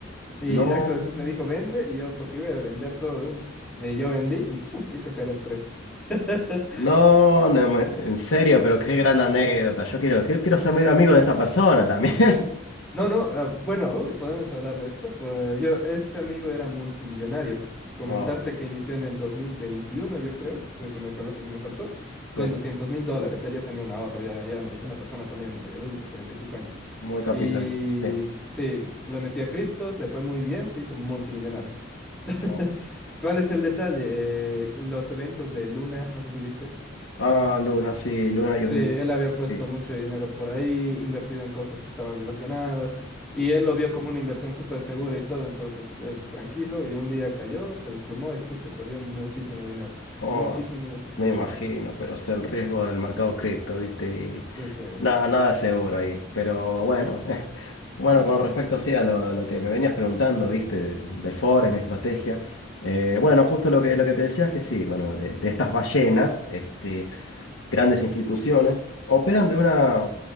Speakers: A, in the centre; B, on the left.
A: Y
B: No.
A: de acto después me dijo, vende y yo, porque iba a vender todo de una. De yo vendí y puf, hizo caer el precio. <laughs>
B: No, no me- en serio, pero qué gran anécdota. Yo quiero, quiero, quiero ser medio amigo de esa persona también. <laughs>
A: No, no, ah, bueno, uy, podemos hablar de esto. Pues yo, este amigo era multimillonario. Comentarte
B: Oh,
A: que inició en el 2021, yo creo, lo que me, lo que me contó, con
B: sí.
A: doscientos mil dólares. Él ya tenía un ahorro, ya, ya era mayor, una persona también media adulta, treinta y pico años.
B: Muy capitalista,
A: Y
B: sí.
A: sí, le metí a criptos, le fue muy bien, se hizo multimillonario. <laughs>
B: Oh.
A: ¿Cuál es el detalle? Eh, los eventos de Luna, no sé si ubicas.
B: Ah, Luna, sí, Luna y Judith,
A: Sí, él había puesto
B: sí.
A: mucho dinero por ahí, invertido en cosas que estaban relacionadas, y él lo vio como una inversión súper segura y todo, entonces él tranquilo, y un día cayó, se desplomó y pucha, perdió muchísimo dinero, muchísimo,
B: Oh,
A: muchísimo
B: me
A: dinero.
B: imagino, pero es el riesgo del mercado cripto, ¿viste? Y
A: Entonces, eh,
B: nada, nada es seguro ahí. Pero bueno, <laughs> bueno, con respecto sí a lo, a lo que me venías preguntando, ¿viste? de- Del forex, mi estrategia. eh, bueno, justo lo que, lo que te decías que sí, bueno, de, de estas ballenas, este. grandes instituciones, operan de una